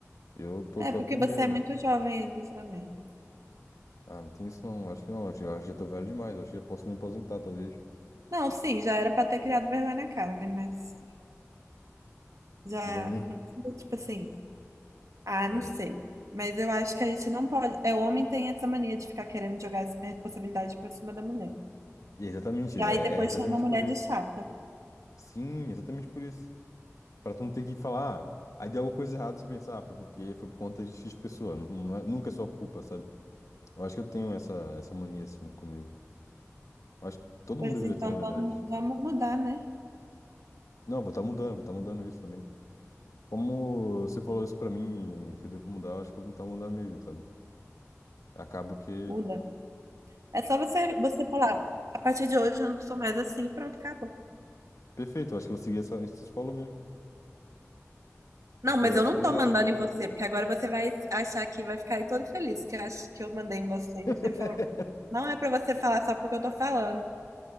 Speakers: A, on the left (about 85°); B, on the right (about 80°).
A: Eu tô,
B: É
A: tô
B: porque
A: aprendendo.
B: você é muito jovem ainda também.
A: Ah, não tem isso não, acho que não. Acho, que- acho que já tô velho demais, acho que já posso me aposentar, talvez.
B: Não, sim, já era para ter criado vergonha na cara, né? Mas já,
A: Vem.
B: não precisa, tipo assim, ah,
A: Oi.
B: não sei. Mas eu acho que a gente não pode. É, o homem tem essa mania de ficar querendo jogar essa responsabilidade por cima da mulher.
A: E Exatamente,
B: E
A: é,
B: aí depois
A: é exatamente
B: chama a mulher
A: por isso.
B: de chata.
A: Sim, exatamente por isso. Pra tu não ter que falar, ah, aí deu alguma coisa errada, você pensar, ah, foi porque foi por conta de X pessoa. Não- não é- nunca é sua culpa, sabe? Eu acho que eu tenho essa, essa mania assim comigo. Eu acho que todo
B: Pois
A: mundo deveria
B: então
A: ter, na verdade.
B: vamos, vamos mudar, né?
A: Não, vou estar mudando, vou estar mudando isso também. Como você falou isso pra mim, que eu devo mudar, eu acho que eu vou tentar mudar mesmo, sabe? Acabo que.
B: Muda. É só você, você falar, a partir de hoje eu não sou mais assim, pronto, acabou.
A: Perfeito, eu acho que eu vou seguir essa, isso que você falou mesmo.
B: Não,
A: Porque
B: mas
A: daí
B: eu
A: eu acho
B: não
A: que eu
B: tô
A: melhoro,
B: mandando
A: né?
B: em você, porque agora você vai achar que vai ficar aí todo feliz que, ach, que eu mandei em você. E
A: <laughs>
B: você fala, não é pra você falar só porque eu tô falando.